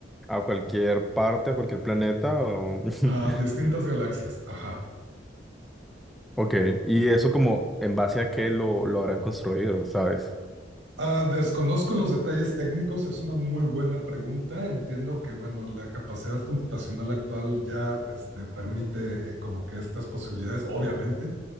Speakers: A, in the centre; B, on the right.
A: a cualquier parte, a cualquier planeta. o- <laughs>
B: a distintas galaxias, ajá.
A: Ok, y eso como en base a qué lo, lo habrán construido, ¿sabes?
B: Ah, desconozco los detalles técnicos, es una muy buena pregunta. Entiendo que, bueno, la capacidad computacional actual ya este, permite eh, como que estas posibilidades, obviamente,